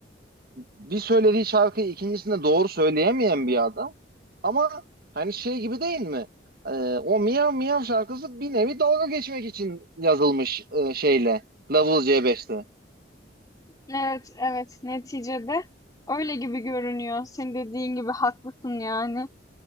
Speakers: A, on the right; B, on the left.
A: bir söylediği şarkıyı ikincisinde doğru söyleyemeyen bir adam. Ama hani şey gibi değil mi? E, o Miyav Miyav şarkısı bir nevi dalga geçmek için yazılmış e, şeyle. Level C5'te.
B: Evet evet neticede öyle gibi görünüyor. Senin dediğin gibi haklısın yani.